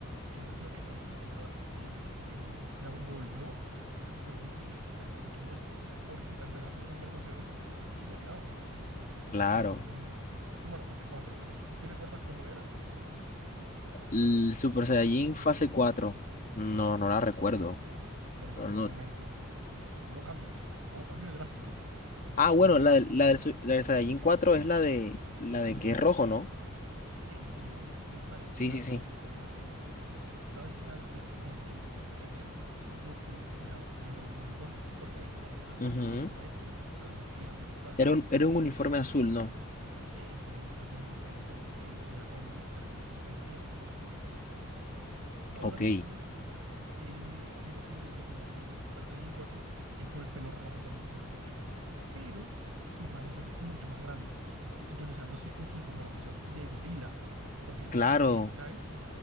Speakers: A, on the right; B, on the left.
A: eso es lo que estamos diciendo ahora, que el Dragon Ball nuevo es como el GT de hace mucho tiempo, porque están sacando transformaciones que sacaron en ese tiempo. Y
B: Claro.
A: de ellos es el- como la fase cuatro Si recuerdas cómo era?
B: El Super Saiyajin fase cuatro, No, no la recuerdo.
A: Bueno,
B: No, no.
A: te comento, porque hubo cambios, hubo cambios drásticos.
B: Ah, bueno,
A: A ver,
B: la, del- la del, su- la del Saiyajin 4 es la de la de que es rojo, ¿no?
A: es Ese mismo, es parecida
B: Sí, sí, sí.
A: a la que tenemos actualmente. Sabes que antes en el GT Goku tenía un nuevo uniforme, porque ahí ya era
B: Ujú.
A: un maestro, no era un estudiante como tal.
B: Era un, era un uniforme azul, ¿no?
A: Ese es, ese es el de maestro que él usa ya cuando terminó su entrenamiento, por así decirlo. Ahora
B: Ok,
A: mismo él tiene su transformación de Super Saiyan cuatro que es con el pelo rojo también en el pecho, pero sus manos son mucho más grandes, sintonizando así con su transformación de gorila, porque
B: claro.
A: si bien caes